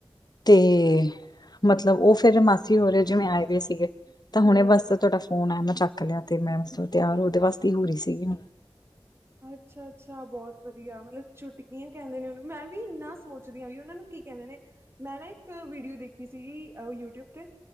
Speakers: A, on the left; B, on the right.
A: ਤੇ ਮਤਲਬ ਉਹ ਫੇਰ ਮਾਸੀ ਹੋ ਰੇ ਜਿਵੇਂ ਆਏ ਹੋਏ ਸੀਗੇ
B: ਹੂੰ
A: ਤਾਂ ਹੁਣੇ, ਬਸ ਤੁਹਾਡਾ ਫੋਨ ਆਇਆ, ਚੱਕ ਲਿਆ, ਤੇ ਮੈਂ ਤਿਆਰ ਉਹਦੇ ਵਾਸਤੇ ਹੀ ਹੋ ਰਹੀ ਸੀਗੀ।
B: ਅੱਛਾ-ਅੱਛਾ, ਬਹੁਤ ਵਧੀਆ ਮਤਲਬ ਛੁਟਕੀਆਂ ਕਹਿੰਦੇ ਨੇ ਉਹਨੂੰ, ਮੈਂ ਵੀ ਇੰਨਾ ਸੋਚਦੀ ਹਾਂ, ਵੀ ਉਹਨਾਂ ਨੂੰ ਕੀ ਕਹਿੰਦੇ ਨੇ ਮੈਂ ਨਾ ਇੱਕ ਵੀਡੀਓ ਦੇਖੀ ਸੀਗੀ ਯੂਟਿਊਬ, ਤੇ